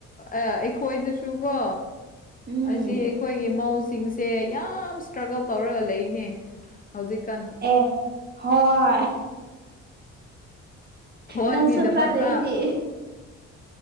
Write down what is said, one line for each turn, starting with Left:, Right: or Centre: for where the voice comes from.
Left: ꯑꯥ ꯑꯩꯈꯣꯏꯗꯁꯨ ꯀꯣ
Right: ꯎꯝ
Left: ꯑꯁꯤ ꯑꯩꯈꯣꯏꯒꯤ ꯃꯧꯁꯤꯡꯁꯤ__ ꯁꯦ ꯌꯥꯝ ꯏꯁꯇ꯭ꯔꯒꯜ ꯇꯧꯔꯒ ꯂꯩꯅꯦ ꯍꯧꯖꯤꯛꯀꯥꯟ
Right: ꯑꯦ ꯍꯣꯏ
Left: ꯐꯣꯟꯒꯤꯗꯃꯛꯇ
Right: ꯅꯪꯁꯨ ꯈ꯭ꯔꯥ ꯂꯩꯔꯗꯤ꯫